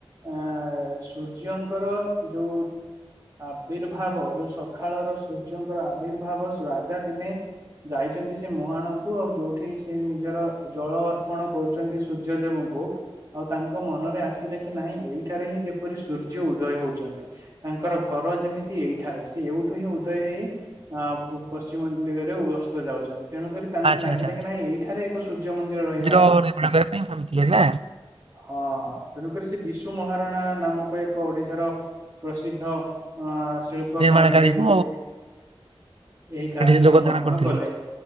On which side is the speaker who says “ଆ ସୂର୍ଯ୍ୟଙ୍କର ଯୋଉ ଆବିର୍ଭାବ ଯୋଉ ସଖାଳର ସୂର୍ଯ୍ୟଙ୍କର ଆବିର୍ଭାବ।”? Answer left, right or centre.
Right